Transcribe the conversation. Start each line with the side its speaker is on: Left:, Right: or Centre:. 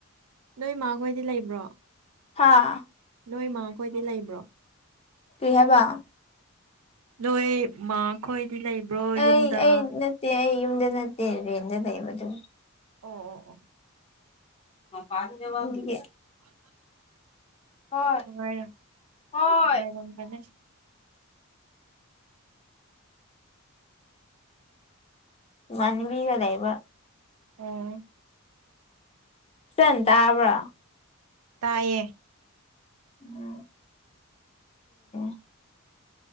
Right: ꯅꯣꯏ ꯃꯥꯈꯣꯏꯗꯤ ꯂꯩꯕ꯭ꯔꯣ
Left: ꯍꯥꯥ
Right: ꯅꯣꯏꯃꯥ ꯈꯣꯏꯗꯤ ꯂꯩꯕ꯭ꯔꯣ
Left: ꯀꯩ ꯍꯥꯏꯕ
Right: ꯅꯣꯏ ꯃꯥ ꯈꯣꯏꯗꯤ ꯂꯩꯕ꯭ꯔꯣ ꯌꯨꯝꯗ
Left: ꯑꯩ ꯑꯩ ꯅꯠꯇꯦ ꯑꯩ ꯌꯨꯝꯗ ꯅꯠꯇꯦ ꯔꯦꯟꯗ ꯂꯩꯕ ꯑꯗꯨ
Right: ꯑꯣ ꯑꯣ ꯑꯣ
Left: <unintelligible>
Right: <inaudible>
Left: ꯍꯣꯏ
Right: ꯅꯨꯡꯉꯥꯏꯔ
Left: ꯍꯣꯏ
Right: ꯅꯨꯡꯉꯥꯏꯔꯝ ꯕꯅꯦ
Left: ꯏꯃꯥꯅꯕꯤꯒ ꯂꯩꯕ
Right: ꯑꯣ
Left: ꯆꯟ ꯇꯥꯕ꯭ꯔ
Right: ꯇꯥꯏꯌꯦ
Left: ꯎꯝ <unintelligible>